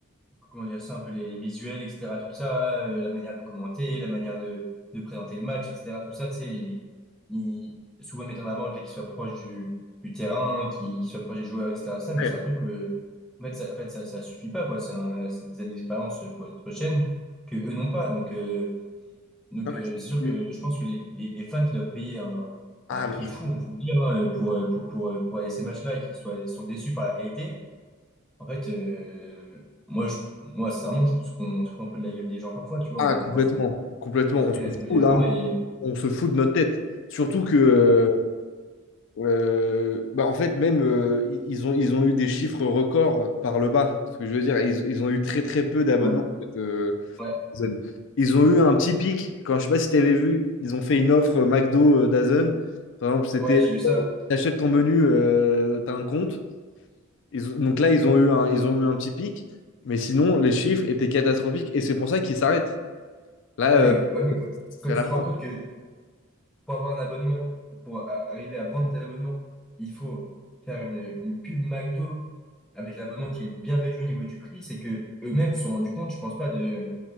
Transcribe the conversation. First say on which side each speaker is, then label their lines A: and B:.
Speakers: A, in the centre; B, on the left (about 65°).
A: comment dire ça, un peu les, les visuels, etc., tout ça, euh, la manière de commenter, la manière de, de présenter le match, etc., tout ça, tu sais, il, il- souvent mettre en avant le fait qu'il soit proche du, du terrain, qu'il soit proche des joueurs, etc., tout ça, mais
B: Ouais.
A: c'est un truc, euh, en fait, ça, en fait, ça, ça suffit pas, quoi, c'est un- c'est des années d'expérience pour les autres chaînes que eux n'ont pas, donc, euh, donc
B: Non, mais
A: euh, c'est sûr que
B: c'est-
A: je pense que les, les, les fans qui doivent payer un,
B: Ah,
A: un prix
B: mais-
A: fou, on peut le dire, hein, pour, euh, pour, pour, pour aller à ces matchs-là et qui soient, sont déçus par la qualité, en fait, euh, moi, je, moi, sincèrement, je pense qu'on se fout un peu de la gueule des gens parfois, tu vois.
B: ah,
A: On-
B: complètement,
A: je pense qu'on
B: complètement.
A: on
B: On
A: se paye
B: se
A: la tête des
B: fout
A: gens
B: là,
A: et.
B: on se fout de notre tête. Surtout que, euh, bah, en fait, même euh, i- ils ont, ils ont eu des chiffres records par le bas. Ce que je veux dire, ils, ils ont eu très très peu d'abonnements.
A: Ouais,
B: en fait. Euh,
A: ouais,
B: Dazen. Ils ont eu un petit pic. Quand je sais pas si tu avais vu, ils ont fait une offre euh, McDo euh, Dazen. Par exemple, c'était
A: ouais, j'ai vu ça.
B: t'achètes ton menu, euh, t'as un compte. Ils ont- donc là, ils ont eu un, ils ont eu un petit pic. Mais sinon, les chiffres étaient catastrophiques et c'est pour ça qu'ils s'arrêtent. Là,
A: Ah,
B: euh,
A: mais, ouais, mais quand, quand
B: c'est
A: tu
B: la
A: te
B: fin.
A: rends compte que pour avoir un abonnement, pour a- arriver à vendre des abonnements, il faut faire une, une pub McDo avec un abonnement qui est bien réduit au niveau du prix, c'est que eux-mêmes se sont rendus compte, je pense pas, de,